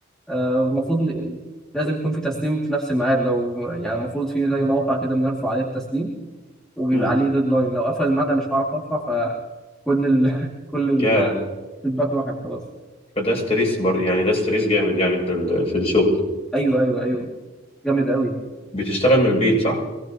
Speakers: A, in the centre; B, on the left (about 35°).
A: آه، والمفروض ن- لازم يكون في تسليم في نفس الميعاد لو يعني المفروض في زي موقع كده بنرفع عليه التسليم وبيبقى
B: امم
A: عليه ديدلاين لو قفل الميعاد أنا مش هعرف ارفع فكل ال... <laughs> كل
B: يا
A: الفيدباك راحت خلاص
B: فده ستريس بر يعني ده ستريس جامد يعني في ال- في الشغل
A: ايوه ايوه ايوه جامد قوي
B: بتشتغل من البيت صح